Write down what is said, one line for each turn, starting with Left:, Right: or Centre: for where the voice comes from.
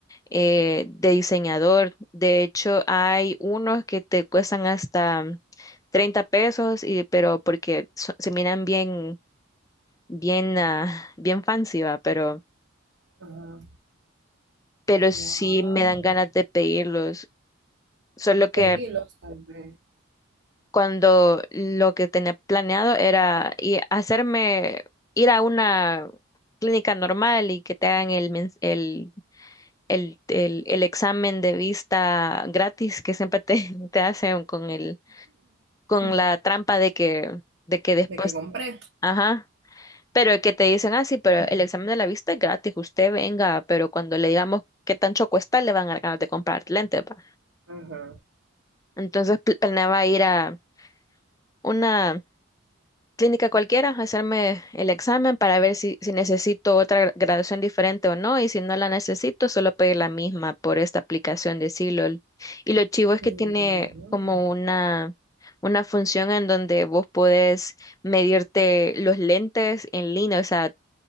Left: eh, de diseñador. De hecho, hay unos que te cuestan hasta 30 pesos, y, pero porque so- se miran bien, bien, ah, bien fancy, va, pero,
Right: Ajá.
Left: pero sí
Right: Wow.
Left: me dan ganas de pedirlos. Solo que
Right: Pedirlos, tal vez.
Left: cuando lo que tenía planeado era i- hacerme ir a una clínica normal y que te hagan el, mens- el, el, el, el examen de vista gratis que siempre te, <laughs> te hacen con el, con
Right: <laughs>
Left: la trampa de que, de que después,
Right: De que compré.
Left: ajá, pero que te dicen, ah, sí, pero el examen de la vista es gratis, usted venga, pero cuando le digamos qué tan choco está, le van a dar ganas de comprar lentes, va.
Right: Ajá.
Left: Entonces pl- planeaba ir a una clínica cualquiera, hacerme el examen para ver si, si necesito otra gra- graduación diferente o no, y si no la necesito, solo pedir la misma por esta aplicación de Silol. Y lo chivo es
Right: Mm,
Left: que tiene como una, una función en donde vos podés medirte los lentes en línea, o sea,